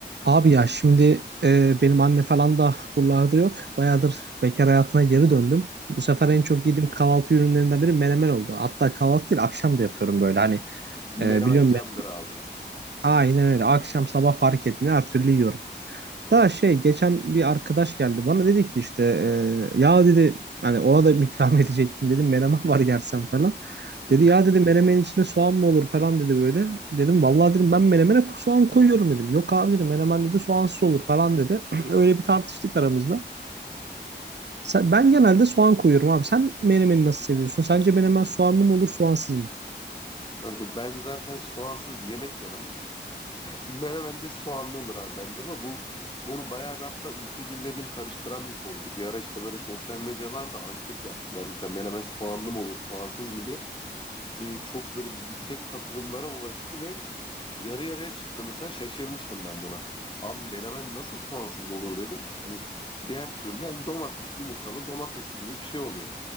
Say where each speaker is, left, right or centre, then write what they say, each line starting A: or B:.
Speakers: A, on the right (about 70°); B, on the left (about 25°).
A: Abi ya şimdi e, benim anne falan da buralarda yok. Bayağıdır bekar hayatına geri döndüm. Bu sefer
B: Hı
A: en
B: hı.
A: çok yediğim kahvaltı ürünlerinden biri menemen oldu. Hatta kahvaltı değil akşam da yapıyorum böyle hani
B: Menemen
A: e, biliyorum
B: candır
A: ben.
B: abi.
A: Aynen öyle akşam sabah fark etmiyor her türlü yiyorum. Daha şey geçen bir arkadaş geldi bana dedi ki işte e, ya dedi hani ona da ikram <laughs> edecektim dedim menemen var yersen falan.
B: Hı
A: Dedi
B: hı.
A: ya dedi menemenin içine soğan mı olur falan dedi böyle. Dedim vallahi dedim ben menemene ko- soğan koyuyorum dedim. Yok abi dedi menemen dedi soğansız olur falan dedi. <clears throat> Öyle bir tartıştık aramızda. Sen, ben genelde soğan koyuyorum abi. Sen menemeni nasıl seviyorsun? Sence menemen soğanlı mı olur soğansız mı?
B: Kanka ben zaten soğansız yemek yemem. <laughs> Menemen de soğanlı olur abi bence ama bu konu bayağı bir, hatta ülke gündemini karıştıran bir konuydu. Bir ara işte böyle sosyal medyalarda anket yaptılar. Mesela menemen soğanlı mı olur, soğansız mı diye. Ee, çok böyle yüksek katılımlara ulaştı ve yarı yarıya çıktı. Mesela şaşırmıştım ben buna. Abi menemen nasıl soğansız olur dedim. Hani diğer türlü yani domates, yumurtalı domates gibi bir şey oluyor.